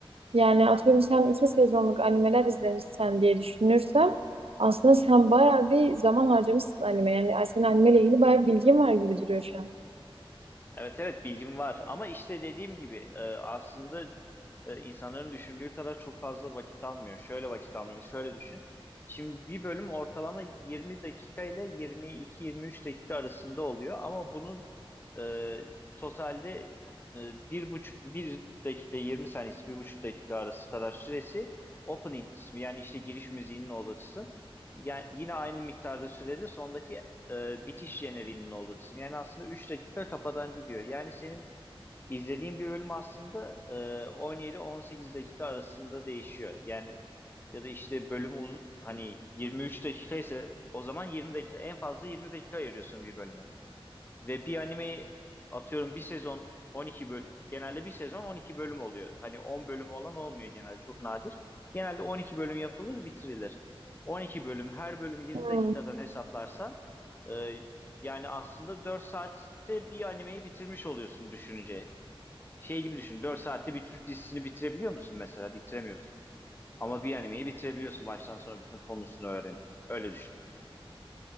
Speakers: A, on the right (about 80°); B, on the left (about 20°).
A: Yani atıyorum sen iki sezonluk animeler izlemişsen diye düşünürsem aslında sen bayağı bir zaman harcamışsın anime. Yani senin animeyle ilgili bayağı bir bilgin var gibi duruyor şu
B: Evet evet bilgim var ama işte dediğim gibi e, aslında e, insanların düşündüğü kadar çok fazla vakit almıyor. Şöyle vakit almıyor. Şöyle düşün. Şimdi bir bölüm ortalama 20 dakika ile 22-23 dakika arasında oluyor ama bunun e, totalde e, bir buçuk bir dakika 20 saniyesi bir buçuk dakika arası kadar süresi opening kısmı yani işte giriş müziğinin olduğu kısım. Yani yine aynı miktarda sürede sondaki e, bitiş jeneriğinin olduğu kısım. Yani aslında 3 dakika kafadan gidiyor. Yani senin izlediğin bir bölüm aslında e, 17-18 dakika arasında değişiyor. Yani ya da işte bölümü uz- hani 23 dakika ise o zaman 20 dakika en fazla 20 dakika ayırıyorsun bir bölüme. Ve bir anime atıyorum bir sezon 12 bölüm genelde bir sezon 12 bölüm oluyor. Hani 10 bölüm olan olmuyor genelde çok nadir. Genelde 12 bölüm yapılır bitirilir. 12 bölüm her bölüm 20
A: an.
B: dakikadan hesaplarsan e, yani aslında 4 saatte bir animeyi bitirmiş oluyorsun düşününce. Şey gibi düşün 4 saatte bir Türk dizisini bitirebiliyor musun mesela? Bitiremiyorsun. Ama bir animeyi bitirebiliyorsun baştan sona bütün konusunu öğrenip. Öyle düşün.